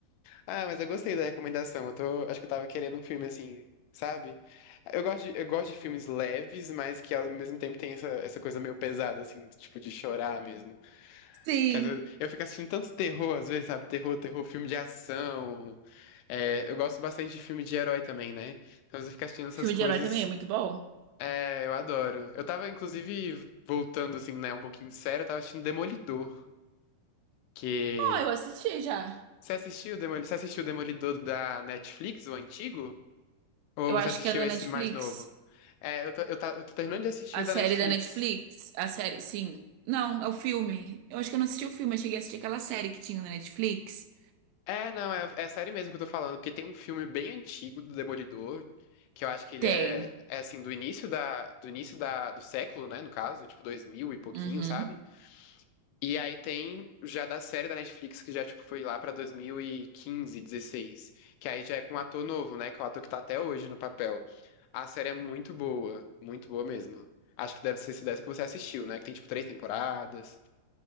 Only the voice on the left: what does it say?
Ah, mas eu gostei da recomendação. Eu tô, acho que eu tava querendo um filme assim, sabe? Eu gosto de, eu gosto de filmes leves, mas que ao mesmo tempo tem essa, essa coisa meio pesada, assim, tipo de chorar mesmo.
Que às vezes eu fico assistindo tanto terror, às vezes, sabe? Terror, terror, filme de ação. É, eu gosto bastante de filme de herói também, né? Então, às vezes eu fico assistindo essas
coisas.
É, eu adoro. Eu tava, inclusive, voltando, assim, né, um pouquinho sério, eu tava assistindo Demolidor, que...
Você assistiu, Demol... Você assistiu o Demolidor da Netflix, o antigo? Ou
você
assistiu
esse
mais novo? É, eu tô, eu tá- eu tô terminando de assistir
o
da Netflix.
É, não, é, é a série mesmo que eu tô falando, porque tem um filme bem antigo do Demolidor, que eu acho que ele
é, é assim, do início da, do início da, do século, né, no caso, tipo 2000 e pouquinho,
sabe? E aí tem já da série da Netflix, que já, tipo, foi lá pra 2015, 16. Que aí já é com um ator novo, né? Que é o ator que tá até hoje no papel. A série é muito boa, muito boa mesmo. Acho que deve ser se dessa que você assistiu, né? Que tem, tipo, três temporadas.